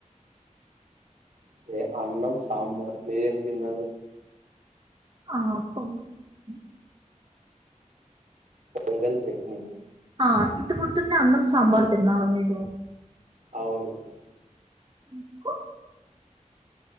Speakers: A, on the right; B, on the right.
A: అదే అన్నం సాంబార్ మీరేం తిన్నారు
B: ఆపం చేట్నీ
A: పొంగల్ చట్నీ
B: ఈ ఇంత పొద్దునే అన్నం సాంబార్ తిన్నారా మీరు
A: అవునవును
B: ఎందుకు